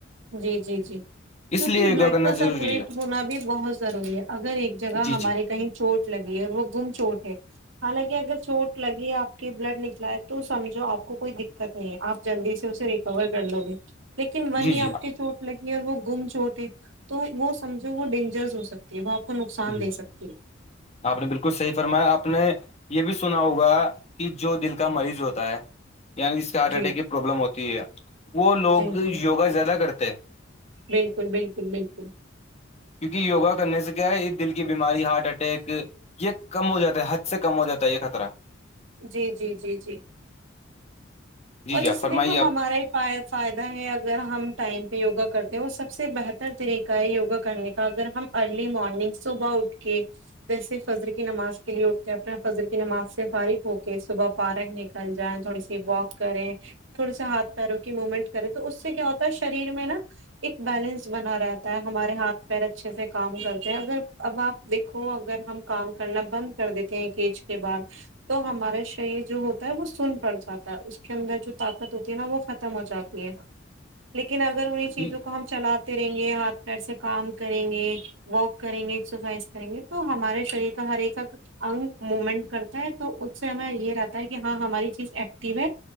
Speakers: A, on the right (about 75°); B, on the left (about 35°).
A: جی جی جی
B: اس
A: کیونکہ
B: لیے یوگا
A: بلڈ
B: کرنا
A: کا سرکولیٹ
B: ضروری ہے
A: ہونا بھی بہت ضروری ہے اگر ایک جگہ
B: جی
A: ہمارے
B: جی
A: کہیں چوٹ لگی ہے اور وہ گم چوٹ ہے حالانکہ اگر چوٹ لگی آپ کے بلڈ نکلا ہے تو سمجھو آپ کو کوئی دقت نہیں ہے آپ جلدی سے اسے ریکور کر لو گے لیکن وہیں
B: جی جی
A: آپ کے چوٹ لگی اور وہ گم چوٹ ہے تو وہ سمجھو وہ ڈینجرس ہو سکتا وہ آپ کو نقصان
B: جی
A: دے سکتی ہے
B: آپ نے بالکل صحیح فرمایا آپ نے یہ بھی سنا ہوگا کہ جو دل کا مریض ہوتا ہے یعنی جس کے ہارٹ
A: جی
B: اٹیک کی پرابلم ہوتی ہے وہ لوگ
A: جی
B: یوگا
A: جی
B: زیادہ کرتے ہیں
A: بالکل بالکل بالکل
B: کیونکہ یگا کرنے سے کیا یہ دل کی بیماری ہارٹ اٹیک یہ کم ہو جاتا ہے حد سے کم ہو جاتا ہے یہ خطرہ
A: جی جی جی جی
B: جی
A: اور
B: جی
A: اس
B: آپ فرمائیے
A: سے دیکھو
B: آپ
A: ہمارا ہی فائدہ ہے اگر ہم ٹائم پہ یوگا کرتے ہیں اور سب سے بہتر طریقہ ہے یوگا کرنے کا اگر ہم ارلی مارنگ صبح اٹھ کے جیسے فجر کی نماز کے لیے اٹھتے ہیں اپنے فجر کی نماز سے فارغ ہو کے صبح پارک نکل جائیں تھوڑی سی واک کریں تھوڑے سے ہاتھ پیروں کی موومنٹ کرے تو اس سے کیا ہوتا ہے شریر میں نا ایک بیلنس بنا رہتا ہے ہمارے ہاتھ پیر اچھے سے کام کرتے ہیں اگر اب آپ دیکھو اگر ہم کام کرنا بند کر دیتے ہیں ایک ایج کے بعد تو ہمارے شریر جو ہوتا ہے وہ سن پڑ جاتا ہے اس کے اندر جو طاقت ہوتی ہے نا وہ ختم ہو جاتی ہے لیکن اگر انہیں چیزوں
B: جی
A: کو ہم چلاتے رہیں گے ہاتھ پیر سے کام کریں گے واک کریں گے ایکسرسائز کریں گے تو ہمارے شریر کا ہر ایک انگ مومنٹ کرتا ہے تو اس سے ہمیں یہ رہتا ہے کہ ہاں ہماری چیز ایکٹو ہے